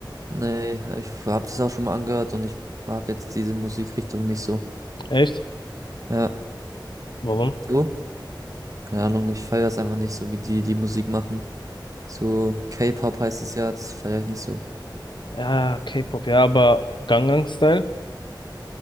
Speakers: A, on the right (about 45°); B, on the left (about 70°).
A: Nee, ich habe das auch schon mal angehört und ich mag jetzt diese Musikrichtung nicht so.
B: Echt?
A: Ja,
B: Warum?
A: du? Keine Ahnung, ich feiere es einfach nicht so, wie die die Musik machen. So K-Pop heißt es ja, das feiere ich nicht so.
B: Ja, K-Pop, ja, aber Gangnam Style?